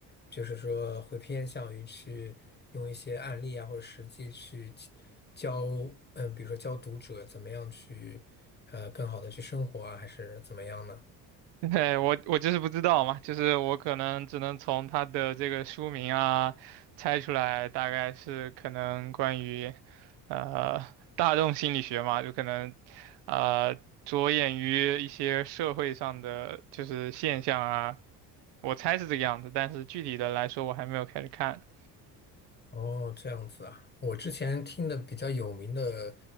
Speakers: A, on the left; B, on the right.
A: 就是说会偏向于去用一些案例啊或者实际去去教，嗯，比如说教读者怎么样去呃更好的去生活啊，还是怎么样呢？
B: <laughs> 对，我我就是不知道嘛，就是我可能只能从它的这个书名啊猜出来，大概是可能关于呃大众心理学嘛，就可能呃着眼于一些社会上的就是现象啊，我猜是这个样子，但是具体的来说我还没有开始看。
A: 哦，这样子啊，我之前听的比较有名的，